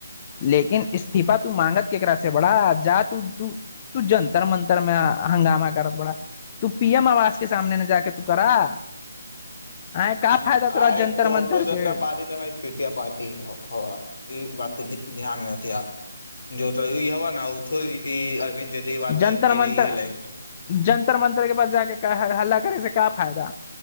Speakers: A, on the left (about 30°); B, on the left (about 75°).
A: लेकिन इस इस्तीफा तू मांगत केकरा से बड़ा जा तू तू तू जंतर मंतर मे हंगामा करत बड़ा तुऽ आवास के सामने ने जाक तू करा आय का
B: अरे
A: फायदा तोरा जंतर
B: तो तो कॉकरोच
A: मंतर
B: जनता
A: के
B: पार्ती तऽ भाय चुतिया पार्ती हबअ ई बात त ध्यान मे रखिय जो तो इहबन ई अरविन्द जज <unintelligible> वालते
A: जंतर
B: पहिले
A: मंतर
B: ही हलै <unintelligible>
A: जंतर मंतर के पास जाक हल्ला करे से का फायदा